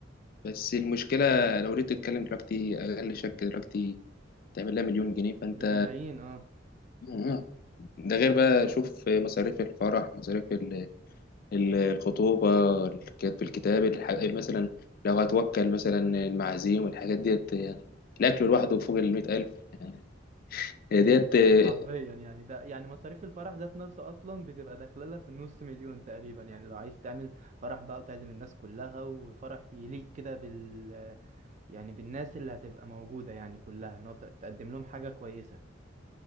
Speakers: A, on the left; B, on the right.
A: بس المشكلة لو ريت تتكلم دلوقتي أقل شركة دلوقتي تعمل لها مليون جنيه فأنت
B: بملايين اه
A: آه. ده غير بقى شوف مصاريف الفرح مصاريف ال- ال- الخطوبة الكتاب في الكتاب الح- مثلا لو هتوكل مثلا المعازيم والحاجات ديت يعني الأكل لوحده فوق المئة ألف يعني هي
B: امم
A: ديت آه،
B: <laughs> حرفيا يعني ده يعني مصاريف الفرح ذات نفسها اصلا بتبقى داخله لها في النص مليون تقريبا يعني لو عايز تعمل فرح بقى وتعزم الناس كلها وفرح يليق كده بال يعني بالناس اللي هتبقى موجودة يعني كلها ان هو ت- تقدم لهم حاجة كويسة